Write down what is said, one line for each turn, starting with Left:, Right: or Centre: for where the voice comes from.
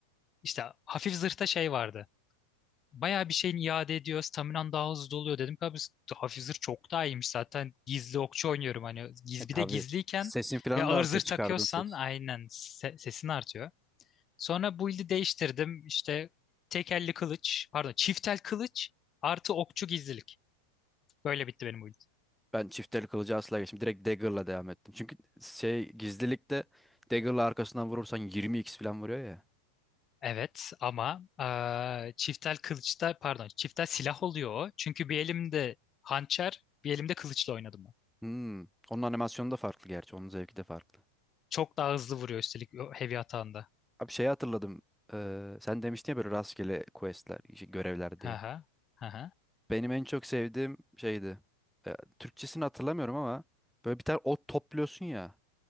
Left: işte hafif zırhta şey vardı. bayağı bir şeyin iade ediyor. Staminan daha hızlı doluyor dedim ki abi hafif zırh çok daha iyiymiş zaten gizli okçu oynuyorum hani giz,
Centre: E tabii.
Left: bir de gizliyken
Centre: Sesin falan
Left: ve ağır
Centre: da artıyor
Left: zırh takıyorsan
Centre: çıkardığın ses.
Left: aynen se- sesin artıyor. Sonra build'i değiştirdim işte tek elli kılıç pardon çift el kılıç artı okçu gizlilik. Böyle bitti benim build.
Centre: Ben çifteli kılıcı asla geçtim. Direkt dagger'la devam ettim. Çünkü şey gizlilikte dagger'la arkasından vurursan yirmi x falan vuruyor ya.
Left: Evet ama eee çiftel kılıçta pardon çiftel silah oluyor o. Çünkü bir elimde hançer bir elimde kılıçla oynadım ben.
Centre: Hmm. Onun animasyonu da farklı gerçi. Onun zevki de farklı.
Left: Çok daha hızlı vuruyor üstelik o heavy atağında.
Centre: Abi şeyi hatırladım. Ee, sen demiştin ya böyle rastgele questler, işte görevler
Left: Hı
Centre: diye.
Left: hı. Hı hı.
Centre: Benim en çok sevdiğim şeydi. Ee, Türkçesini hatırlamıyorum ama böyle bir tane ot topluyorsun ya.